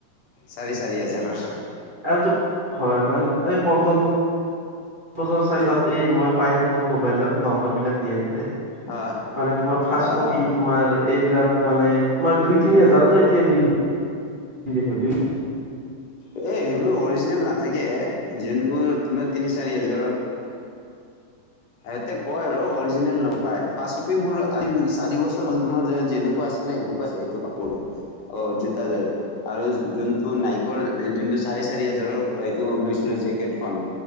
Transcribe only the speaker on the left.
চাৰে চাৰি হাজাৰৰ।
অ
অ
এই সেইবোৰ অৰিজিনেল নাথাকে, যোনবোৰ তোমাৰ তিনি-চাৰি হাজাৰত হেইতে কয় আৰু অৰিজিনেল নাপাই, ফাৰ্ষ্ট কপি মোৰ আই চাৰি বছৰ হ'ল, তোমাৰ যে-যেনেকুৱা আছ চিলে এনেকুৱা আছে এইটো কাপোৰটো। অ, জোতাৰ আৰু য-যোনটো নাইকৰ যোনটো চাৰ্ট চাৰে চাৰি হাজাৰৰ এইটো লৈছিলো জেকেটখন,